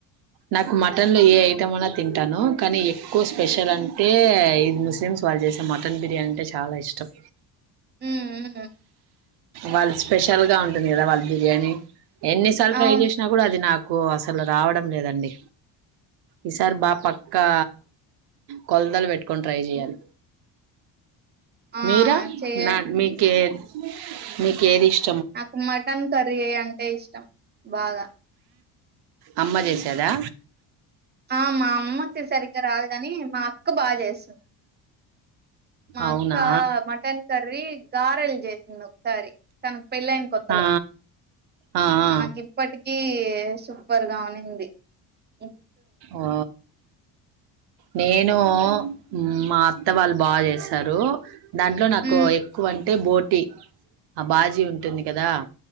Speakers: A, on the right; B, on the right.
A: నాకు మటన్ లో ఏ ఐటమ్ ఉన్న తింటాను. కానీ ఎక్కువ స్పెషల్ అంటే ఇది ముస్లిమ్స్ వాళ్ళు చేసే మటన్ బిర్యానీ అంటే చాలా ఇష్టం.
B: <unintelligible>
A: వాళ్ళు స్పెషల్ గా ఉంటుంది. కదా వాళ్ళ బిర్యానీ ఎన్నిసార్లు ట్రై
B: అవును
A: చేసినా కూడా అది నాకు ఓ అసలు రావడం లేదండి. ఈసారి బాగా పక్కా కొలతలు పెట్టుకొని ట్రై చేయాలి.
B: ఆ
A: మీరా
B: చెయ
A: నాక్ మీకేర్ మీకు ఏది ఇష్
B: నాకు మటన్ కర్రీ ఏ అంటే ఇష్టం. బాగా
A: అమ్మ చేసిం కదా
B: ఆ మా అమ్మకి సరిగ్గా రాదు. కాని మా అ అక్క బాగా చేస్తది. మా
A: అవునా
B: అక్క మటన్ కర్రీ గారెలు చేసింది. ఒకసారి తనకు పెళ్ళయిన కొత్తలో
A: ఆ, ఆ, ఆ.
B: నాకు ఇప్పటికి కీ సూపర్ గా <inaudible>
A: ఓ నేన్ నో మా అత్త వాళ్ళు బాగా చేశారు. దాంట్లో నాకు
B: మ్
A: ఎక్కువ అంటే బోటి ఆ బాజీ ఉంటుంది కదా!